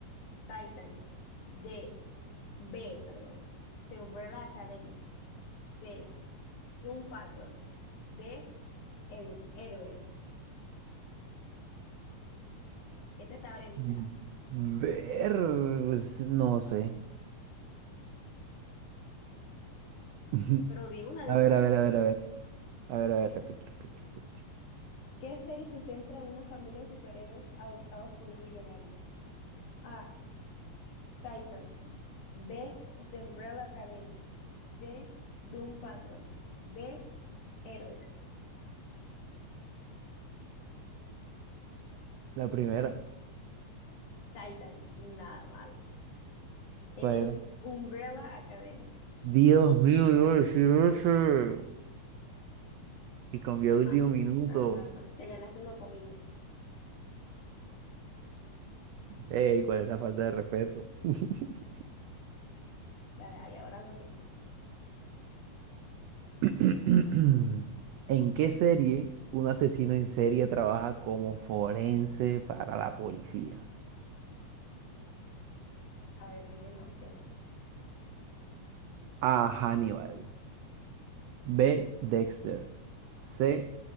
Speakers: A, on the left; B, on the right.
A: Titans. D. B, perdón. The Umbrella Academy. C. Doom Patrol. D. Eur- Héroes. Esta está brevita.
B: Mm, Ver. No sé. <laughs>
A: Pero di una,
B: A
A: di
B: ver,
A: una.
B: a ver, a ver, a ver. A ver, a ver, repite, repite, repite, repite.
A: ¿Qué serie se centra en una familia de superhéroes adoptados por un millonario? A. Titans. B. The Umbrella Academy. C. Doom Patrol. D. Héroes.
B: La primera.
A: Titans. Nada mal. Es
B: ¿Cuál era?
A: Umbrella Academy.
B: Dios mío, yo decir eso. Y cambió
A: Mal,
B: de último minuto.
A: mal, mal, mal. Te ganaste una comilla.
B: Ey, ¿cuál es la falta de respeto? <laughs>
A: Dale, dale, ahora no tú.
B: <clears throat> ¿En qué serie un asesino en serie trabaja como forense para la policía?
A: A ver, dime las opciones.
B: A. Hannibal. B. Dexter. C.